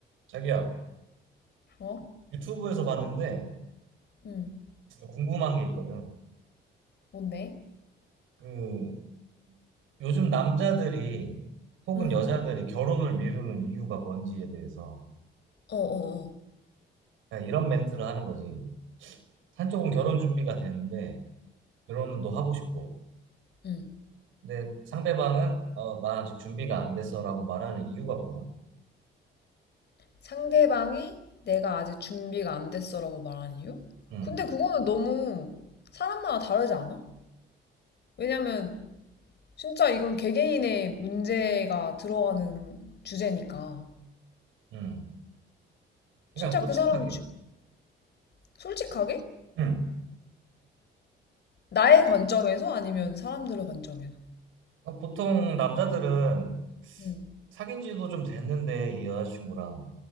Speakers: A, on the right (about 85°); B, on the left (about 60°).
A: 자기야,
B: 어?
A: 유튜브에서 봤는데
B: 응.
A: 궁금한 게 있거든.
B: 뭔데?
A: 그 요즘 남자들이 혹은
B: 응,
A: 여자들이 결혼을 미루는 이유가 뭔지에 대해서
B: 어어어.
A: 그냥 이런 멘트를 하는 거지. 한쪽은 결혼 준비가 됐는데 결혼도 하고 싶고,
B: 응.
A: 근데 상대방은 어, 나 아직 준비가 안 됐어라고 말하는 이유가 뭐야?
B: 상대방이 내가 아직 준비가 안 됐어라고 말한 이유?
A: 응,
B: 근데 그거는 너무 사람마다 다르지 않아? 왜냐면 진짜 이건 개개인의 문제가 들어가는 주제니까.
A: 응. 그냥
B: 진짜
A: 솔직하게.
B: 그 사람이 주- 솔직하게?
A: 응.
B: 나의 관점에서 아니면 사람들의 관점에서.
A: 그러니까 보통 남자들은
B: 응,
A: 사귄 지도 좀 됐는데 이 여자친구랑